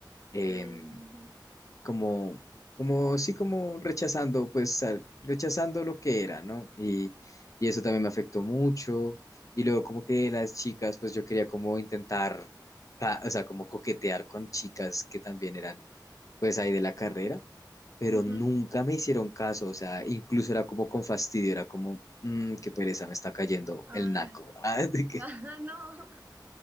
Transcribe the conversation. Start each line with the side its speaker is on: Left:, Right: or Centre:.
Left: em,
Right: Ujú,
Left: como, como, sí, como rechazando, pues, al- rechazando lo que era, ¿no? Y, y eso también me afectó mucho. Y luego como que las chicas, pues yo quería como intentar, ca- o sea, como coquetear con chicas que también eran, pues, ahí de la carrera, pero
Right: ujú.
Left: nunca me hicieron caso, o sea, incluso era como con fastidio, era como, "Mm, qué pereza, me está cayendo
Right: Ay,
Left: el naco, <laughs> ah, de que-
Right: <laughs> ah, no.